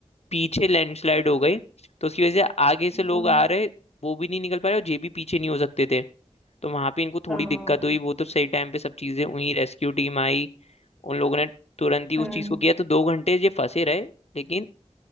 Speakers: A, on the left; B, in the centre.
A: पीछे लैंडस्लाइड हो गई तो उसकी वजह से आगे से
B: हम्म,
A: लोग आ रहे वो भी नहीं निकल पा रहे और ये भी पीछे नहीं हो सकते थे तो वहां पे इनको थोड़ी
B: हाँ
A: दिक्कत हुई वो तो सही टाइम पे सब चीजें हुई रेस्क्यू टीम आई उन लोगों ने तुरंत ही उस
B: हम्म
A: चीज को किया तो दो घंटे ये फंसे रहे लेकिन